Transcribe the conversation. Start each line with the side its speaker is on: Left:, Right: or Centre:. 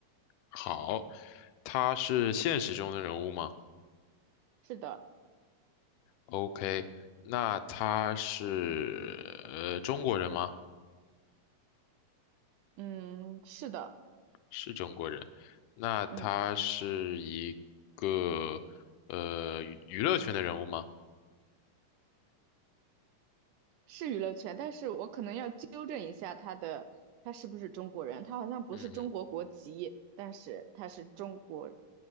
Left: 好，他是现实中的人物吗？
Right: 是的，
Left: OK，那他是呃中国人吗？
Right: 嗯，是的，
Left: 是中国人。那他是一个呃娱娱乐圈的人物吗？
Right: 嗯，是娱乐圈，但是我可能要纠正一下他的，他是不是中国人？他好像不是中国国籍，
Left: 嗯
Right: 但是他是中国